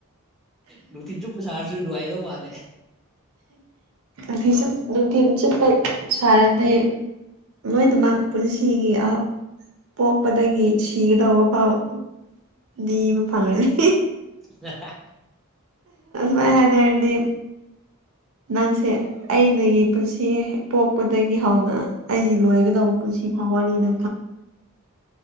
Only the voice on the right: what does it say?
ꯎꯊ ꯆ ꯑꯗꯨ ꯊꯤꯟ ꯆꯠꯄ ꯁꯥꯔꯅꯤ ꯂꯣꯏꯅꯃꯛ ꯄꯨꯟꯁꯤꯒꯤ ꯄꯣꯛꯄꯗꯒꯤ ꯁꯤꯒꯗꯧꯕ ꯐꯥꯎꯗꯤ ꯏꯕ ꯐꯪꯪꯂꯅꯤ
ꯃꯥꯏ ꯍꯥꯏꯅꯗꯤ
ꯅꯪꯁꯦ ꯑꯩꯅꯒꯤ ꯄꯨꯟꯁꯤ ꯄꯣꯛꯄꯗꯒꯤ ꯍꯧꯅ ꯑꯩꯒꯤ ꯂꯣꯏꯒꯗꯧꯕ ꯄꯨꯟꯁꯤ ꯍꯋꯥꯗꯦꯕ